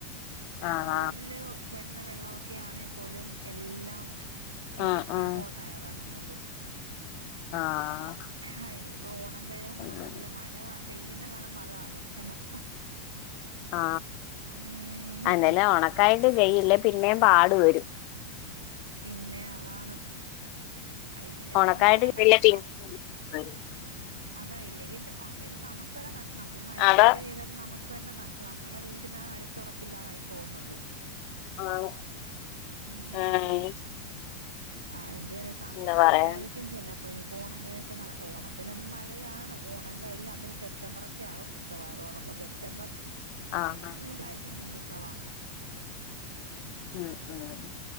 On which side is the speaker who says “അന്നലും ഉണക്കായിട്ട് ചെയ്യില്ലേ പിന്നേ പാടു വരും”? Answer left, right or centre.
Left